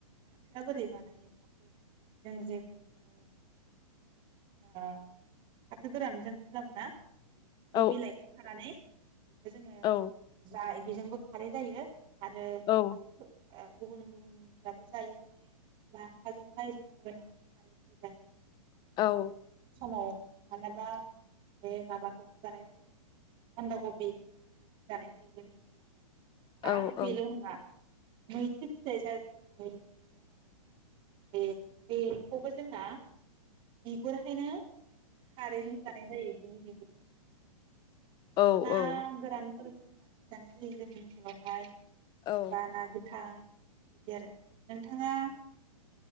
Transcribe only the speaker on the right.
<unintelligible> फाथोआ बोरै बानायो फाथो जों जेखौ जोंङो ओ फाथो गोरानजों खालामो ना बे
बिलाइखौ खानानै बेखौ जोंङो
जाय बेजोंबो खारै जायो । आरो खायसेखौ
गुबुन गुबुनफ्राबो जायो बे लाफाजों लाायजों लगायनानै खारैबो जायो ।
समाव माब्लाबा बे माबाखौबो जानाय जायो बानदा कबि बेखौबो खारैजों जानाय जायो जोंनि ओनसोलावहाय
। आरो बेल' नंङा मैथ्रु फिथाइ जायखौ जों मैदेर फिथाइ होनोना बुंयो ना? बे बेखौबो जोंना बिगुराहायनो खारैजों जानाय जायो बिनि
<unintelligible> ना गोरान फोरबो होनानै जानाय जायो जोंनि ओनसोलावहाय ।
बा ना था बिदि आरो । नोंथाङा